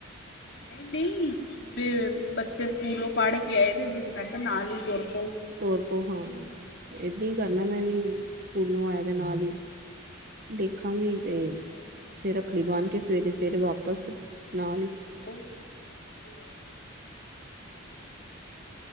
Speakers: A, on the left; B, on the right.
A: ਨਹੀਂ ਨਹੀਂ ਜਿਵੇਂ ਬੱਚੇ ਸਕੂਲੋਂ ਪੜ੍ਹ ਕੇ ਆਏ ਤੇ ਮੈਂ ਕਿਹਾ ਨਾਲ ਹੀ ਤੁਰ ਪਊ
B: ਤਰ ਪੋ ਹਾਂ, ਏਦਾਂ ਹੀ ਕਰਨਾ ਮੈਂ ਵੀ ਸਕੂਲ ਨੂੰ ਆਇਆ ਤੇ ਨਾਲ ਹੀ ਦੇਖਾਂਗੀ
A: ਹਾਂ ਦਿਹਾੜੀ
B: ਤੇ
A: ਦੀ
B: ਫਿਰ ਰੱਖੜੀ
A: ਰਹਿ
B: ਬਾਂਨ
A: ਲਾਂਗੇ
B: ਕੇ ਸਵੇਰੇ ਸਵੇਰੇ ਵਾਪਿਸ ਨਾਲ ਹੀ
A: ਬੂਰ ਤੇ ਹੋਰ ਕੀ